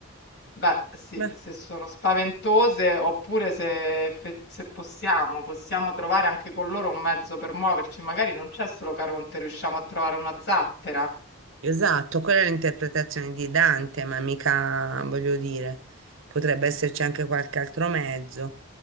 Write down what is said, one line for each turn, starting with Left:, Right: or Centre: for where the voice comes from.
Left: Beh, sì,
Right: beh.
Left: se sono spaventose oppure se, effe- se possiamo, possiamo trovare anche con loro un mezzo per muoverci. Magari non c'è solo Caronte, riusciamo a trovare una zattera.
Right: Esatto, quella è l'interpretazione di Dante, ma mica, voglio dire, potrebbe esserci anche qualche altro mezzo.